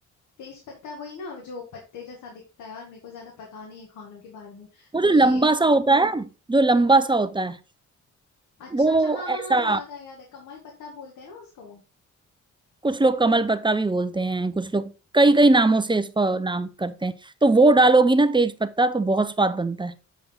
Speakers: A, on the left; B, on the right.
A: तेज पत्ता वही ना जो पत्ते जैसा दिखता है यार मेरे को ज्यादा पता नहीं है खानों के बारे में
B: वो
A: तो
B: जो
A: ये
B: लंबा सा होता है जो लंबा सा होता है
A: अच्छा
B: वो
A: अच्छा हाँ हाँ
B: ऐसा
A: हाँ याद आया याद है कमल पत्ता बोलते हैं ना उसको
B: कुछ लोग कमल पत्ता भी बोलते हैं कुछ लोग कई कई नामों से इसको नाम करते हैं तो वो डालोगी ना तेज पत्ता तो बहुत स्वाद बनता है